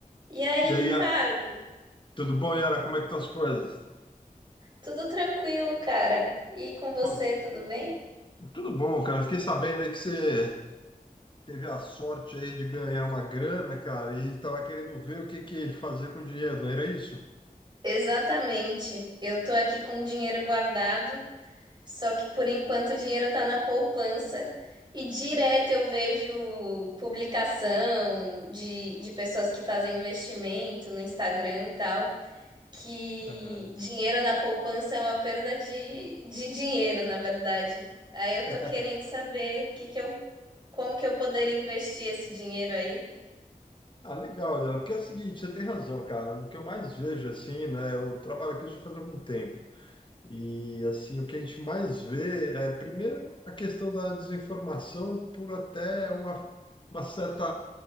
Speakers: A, on the right (about 30°); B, on the left (about 35°).
A: E aí,
B: E
A: Ricardo?
B: aí, a- tudo bom, Yara? Como é que estão as coisas?
A: Tudo tranquilo, cara? E com você,
B: Pô,
A: tudo bem?
B: tudo bom, cara. Fiquei sabendo aí que você teve a sorte aí de ganhar uma grana, cara, e estava querendo ver o que que fazer com o dinheiro, não era isso?
A: Exatamente. Eu tô aqui com o dinheiro guardado, só que por enquanto o dinheiro tá na poupança e direto eu vejo publicação de, de pessoas que fazem investimento no Instagram e tal, que
B: Aham.
A: dinheiro na poupança é uma perda de, de dinheiro, na verdade. Aí eu
B: <laughs>
A: tô querendo saber que que eu, como que eu poderia investir esse dinheiro aí.
B: Ah, legal, Yara. Porque é o seguinte, você tem razão, cara. O que eu mais vejo assim, né? Eu trabalho aqui já faz algum tempo. E assim, o que a gente mais vê é, primeiro, a questão da desinformação por até uma, uma certa,